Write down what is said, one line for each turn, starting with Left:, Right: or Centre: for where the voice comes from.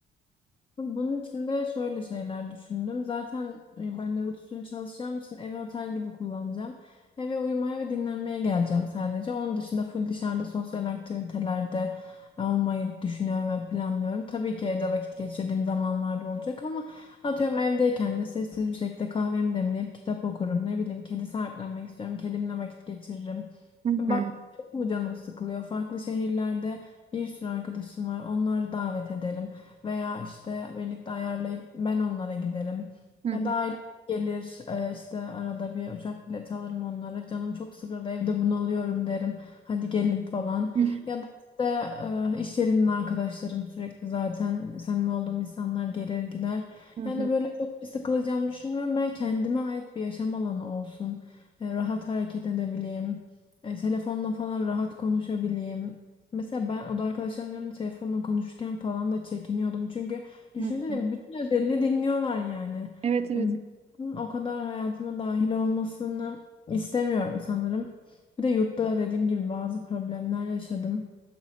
Left: Bunun için de şöyle şeyler düşündüm. Zaten e, ben nöbet usulü çalışacağım için evi otel gibi kullanacağım. Eve uyumaya ve dinlenmeye geleceğim sadece. Onun dışında full dışarıda sosyal aktivitelerde olmayı düşünüyorum ve planlıyorum. Tabii ki evde vakit geçirdiğim zamanlarda olacak ama atıyorum evdeyken de sessiz bir şekilde kahvemi demleyip kitap okurum. Ne bileyim kedi sahiplenmek istiyorum. Kedimle vakit geçiririm.
Right: Hı
Left: Bak
Right: hı.
Left: çok mu canım sıkılıyor? Farklı şehirlerde bir sürü arkadaşım var. Onları davet ederim veya işte birlikte ayarlayıp ben onlara giderim.
Right: Hı
Left: Ya
Right: hı.
Left: da aile gelir e, işte arada bir uçak bileti alırım onlara. Canım çok sıkıldı evde bunalıyorum derim. Hadi gelin falan.
Right: <laughs>
Left: Ya da işte e, iş yerinin arkadaşlarım sürekli zaten samimi olduğum insanlar gelir gider.
Right: Hı hı.
Left: Yani böyle çok bir sıkılacağımı düşünmüyorum. Ben kendime ait bir yaşam alanı olsun. E, rahat hareket edebileyim. E, telefonla falan rahat konuşabileyim. Mesela ben oda arkadaşlarım yanında telefonla konuşurken falan da çekiniyordum. Çünkü düşünsene
Right: Hı hı.
Left: bütün özelini dinliyorlar yani.
Right: Evet evet.
Left: E, bunun O kadar hayatıma dahil olmasını istemiyorum sanırım. Bir de yurtta da dediğim gibi bazı problemler yaşadım.